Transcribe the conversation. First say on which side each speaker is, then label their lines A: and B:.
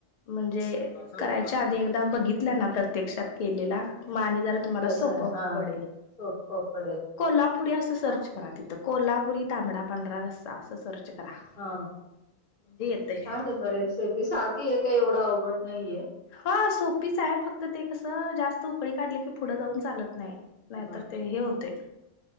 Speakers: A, on the left; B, on the left.
A: म्हणजे
B: ते
A: करायच्या आधी एकदा बघितल्या ना प्रत्यक्षात केलेला म आणि जरा तुम्हाला
B: कसं
A: सोप
B: आहे हा
A: पडेल.
B: सोपं पडेल
A: कोल्हापुरी असं सर्च
B: छान
A: तिथ कोल्हापुरी तांबडा पांढरा रस्सा अस सर्च करा
B: हा
A: म्हणजे येते
B: छान आहे म रेसिपी साधी आहे काही एवढा आवघट नाहीये
A: हा सोपीच आहे फक्त ते कसं जास्त उकळी काढली की पुढं जाऊन चालत नाही.
B: हा
A: नाही तर ते हे होतंय